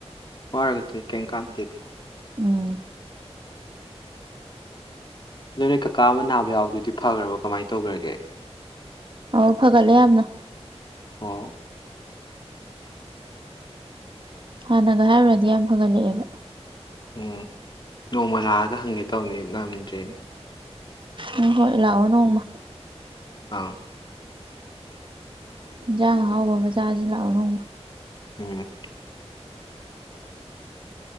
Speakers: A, on the left (about 45°); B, on the right (about 50°).
A: ꯋꯥꯔꯒ ꯇꯣꯛꯢ ꯀꯩꯝ ꯀꯥꯟꯗꯦꯗ
B: ꯎꯝ
A: ꯑꯗꯨ ꯅꯣꯏ ꯀꯀꯥ ꯑꯃ ꯅꯥꯕ ꯌꯥꯎꯕꯗꯨꯗꯤ ꯐꯒ꯭ꯔꯕꯣ ꯀꯃꯥꯏꯅ ꯇꯧꯒ꯭ꯔꯒꯦ
B: ꯑꯣ ꯐꯒꯠꯂꯦ ꯌꯥꯝꯅ
A: ꯑꯣ
B: ꯍꯥꯟꯅꯒ ꯍꯥꯏꯔꯨꯔꯗꯤ ꯌꯥꯝ ꯐꯒꯠꯂꯛꯑꯦꯕ
A: ꯎꯝ ꯅꯣꯡꯃ ꯂꯥꯛꯑꯒ ꯍꯪꯒꯦ ꯇꯧꯅꯦ ꯉꯝꯗ꯭ꯔꯦ
B: ꯎꯝ ꯍꯣꯏ ꯂꯥꯛꯑꯣ ꯅꯣꯡꯃ
A: ꯑꯥꯎ
B: ꯍꯤꯟꯖꯥꯡ ꯑꯍꯥꯎꯕ ꯑꯃ ꯃꯆꯥꯖꯤ ꯂꯥꯛꯑꯣ ꯅꯣꯡꯃ
A: ꯎꯝ